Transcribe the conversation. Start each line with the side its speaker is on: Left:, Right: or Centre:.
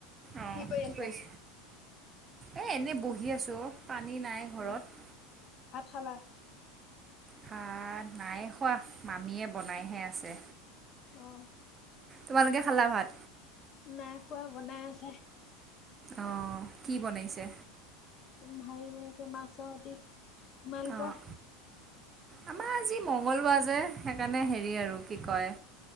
Right: অ
Left: কৰি
Right: কি
Left: আছা
Right: কৰিছ এ এনেই বহি আছো অ পানী নাই ঘৰত
Left: অ ভাত খালা
Right: ভাত নাই খোৱা মামীয়ে বনাইহে আছে
Left: অ
Right: তোমালোকে খালা ভাত
Left: নাই খোৱা বনাই আছে
Right: অহ কি বনাইছে
Left: উম হেৰি বনাইছে মাছৰ সতি তোমালোকৰ
Right: অঁ আমাৰ আজি মঙ্গলবাৰ যে সেইকাৰণে হেৰি আৰু কি কয়